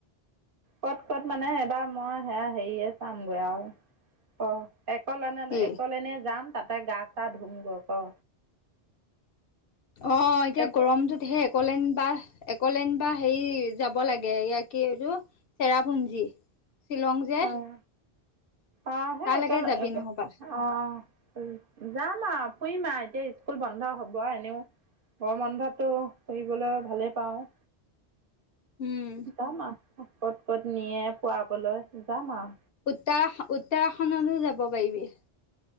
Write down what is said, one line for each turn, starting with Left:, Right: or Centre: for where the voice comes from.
Right: ক'ত ক'ত মানে এবাৰ মই সেয়া হেৰিয়ে চামগৈ আৰু অ। একলেনে
Left: কি?
Right: একলেনে যাম তাতে গাঁ চা ধুমগৈ ক।
Left: অঁ এতিয়া
Right: এক
Left: গৰমটোত হে- কলেন বা একলেন বা হেৰি যাব লাগে, এয়া কি এইটো? চেৰাপুঞ্জী, শ্বিলং যে।
Right: অঁ অঁ সে
Left: তালৈকে
Right: একেল
Left: যাবি
Right: একে-
Left: নহবা
Right: অঁ অঁ যাম আও ফুৰিম আও এতিয়া স্কুল বন্ধ হ'ব এনেও। গৰম বন্ধতটো ফুৰিবলৈ ভালেই পাওঁ।
Left: উম
Right: যাম আহ ক'ত ক'ত নিয়ে ফুৱাবলৈ যাম আহ।
Left: উত্তৰা উত্তৰাখনলো যাব পাৰিবি।